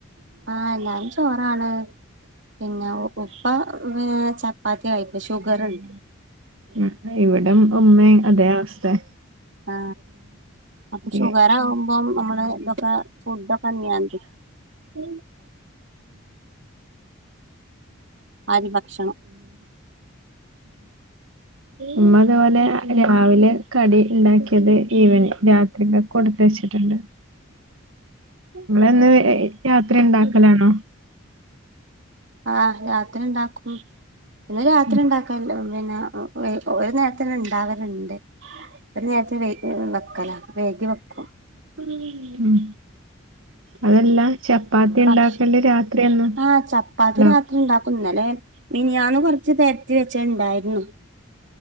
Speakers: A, on the right; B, on the right.
A: ആ എല്ലാരും ചോറാണ് പിന്നെ ഉ ഉപ്പ ഏ ചപ്പാത്തിയാ കയിക്ക ഷുഗറ്ണ്ട്
B: <unintelligible> ഇവിടം ഒമ്മയും അതെ അവസ തെ
A: ആ അപ്പൊ ഷുഗറ്
B: കഴിക്കും
A: ആകുമ്പോ നമ്മള് ഫുഡക്ക നിയന്ത്രി
B: <inaudible>
A: അരി ഭക്ഷണം
B: ഉമ്മ ഇതുപോലെ രാവിലെ കടി ഉണ്ടാക്കിയത് ഈവനി രാത്രി കൊടുത്ത വെച്ചിട്ടിണ്ട് നിങ്ങളി രാത്രി ഇണ്ടാക്ക് ക്കലാണോ
A: ആ രാത്രി ഇണ്ടാക്കും <unintelligible> പിന്നെ രാത്രി
B: ഉം
A: ഇണ്ടാക്കൽല്ല പിന്നെ ഒ ഒര് ഓര് നേര്ത്തിനണ്ടാവ- രണ്ടെ ഒരു നേരത്തെ വെയി വെക്കല വൈകി വെക്കും
B: ഉം ഉം അതല്ല ചപ്പാത്തി ഉണ്ടാക്കല്
A: പക്ഷ
B: രാത്രിയന്നും
A: ആഹ് ചപ്പാത്തി
B: ഉണ്ടാ
A: രാത്രി ഉണ്ടാക്കും ഇന്നലെ മിനിയാന്ന് കൊറ്ച്ച് പെരത്തി വെെച്ച ഇണ്ടായിരുന്നു